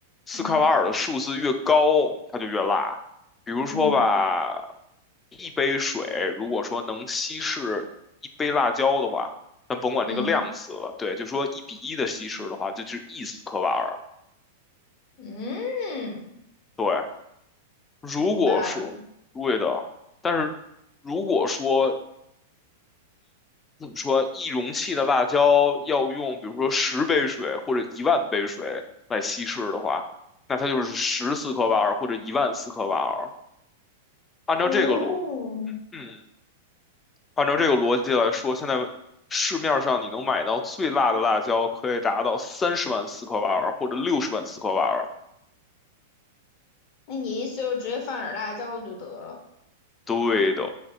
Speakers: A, on the left; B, on the left.
A: 斯科瓦尔的数字越高，
B: 嗯
A: 它就越辣。比如说吧，
B: 嗯
A: 一杯水如果说能稀释一杯辣椒的话，咱甭管这个量词了，
B: 嗯
A: 对，就说一比一的稀释的话，这就是一斯科瓦尔。
B: 嗯，
A: 对，如果说对的，
B: 明白了。
A: 但是如果说怎么说，一容器的辣椒要用，比如说十杯水或者一万杯水来稀释的话，那它就是十四克瓦尔或者一万四克瓦尔。按照这个逻，
B: 哦，
A: 嗯，按照这个逻辑来说，现在市面上你能买到最辣的辣椒可以达到三十万四克瓦尔或者六十万四克瓦尔。
B: 那你意思就是直接放点辣椒就得了？
A: 对的，